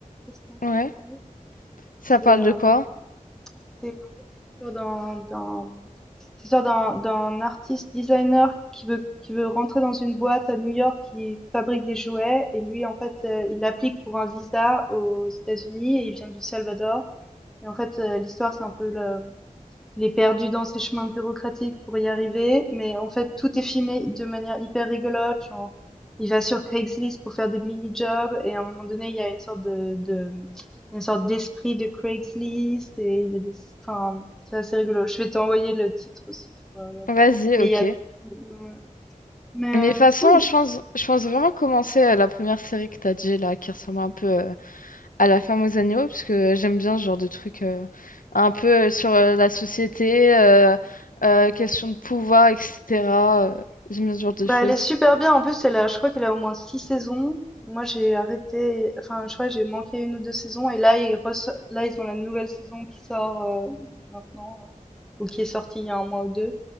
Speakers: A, in the centre; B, on the left.
A: Je sais pas si t'as entendu
B: ouais.
A: parler.
B: Ça
A: C'est
B: parle
A: euh,
B: de quoi?
A: c'est en fait, c'est l'histoire d'un d'un c'est l'histoire d'un, d'un artiste designer qui veut, qui veut rentrer dans une boîte à New York qui fabrique des jouets. Et lui, en fait, euh, il applique pour un visa aux États-Unis et il vient du Salvador. Et en fait, euh, l'histoire, c'est un peu le, il est perdu dans ses chemins bureaucratiques pour y arriver, mais en fait, tout est filmé de manière hyper rigolote. Genre, il va sur Craigslist pour faire des mini-jobs et à un moment donné, il y a une sorte de, de une sorte d'esprit de Craigslist et il y a des, enfin, c'est assez rigolo. Je vais t'envoyer le titre aussi, tu pourras regarder.
B: Vas-y,
A: Et
B: ok.
A: il y a, Ouais. mais
B: Mais
A: euh,
B: de toute façon,
A: cool.
B: je pense, je pense vraiment commencer euh, la première série que t'as dit, là, qui ressemble un peu euh, à La femme aux agneaux, parce que j'aime bien ce genre de truc euh, un peu euh, sur euh, la société, euh, euh, question de pouvoir, etc. euh, j'aime bien ce genre de
A: Bah,
B: choses.
A: elle est super bien. En plus, elle a, je crois qu'elle a au moins six saisons. Moi, j'ai arrêté, enfin, je crois que j'ai manqué une ou deux saisons. Et là, ils, reço- là, ils ont la nouvelle saison qui sort euh, maintenant, là, ou qui est sortie il y a un mois ou deux.